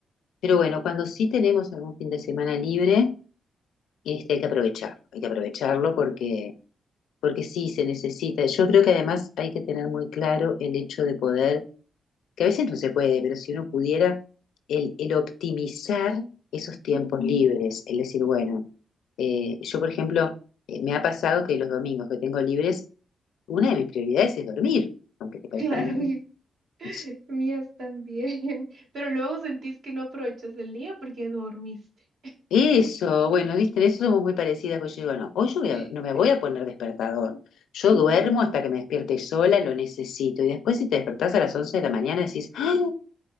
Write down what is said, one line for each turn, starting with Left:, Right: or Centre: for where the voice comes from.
Left: Pero bueno, cuando sí tenemos algún fin de semana libre, este, hay que aprovecharlo, hay que aprovecharlo porque, porque sí se necesita. Yo creo que además hay que tener muy claro el hecho de poder, que a veces no se puede, pero si uno pudiera, el, el optimizar esos tiempos
Right: Ujú.
Left: libres, el decir, bueno, eh, yo por ejemplo, eh, me ha pasado que los domingos que tengo libres, una de mis prioridades es dormir, aunque te parezca
Right: Claro,
Left: mentira.
Right: y <laughs>
Left: <laughs>
Right: mías también. Pero luego sentís que no aprovechas el día porque dormiste.
Left: Eso, bueno, viste, en eso somos muy parecidas, porque yo digo, no, hoy yo voy
Right: <laughs>
Left: a- no me
Right: Sí.
Left: voy a poner despertador. Yo
Right: Ujú.
Left: duermo hasta que me despierte sola, lo necesito. Y después si te despertás a las 11 de la mañana decís, ¡ay!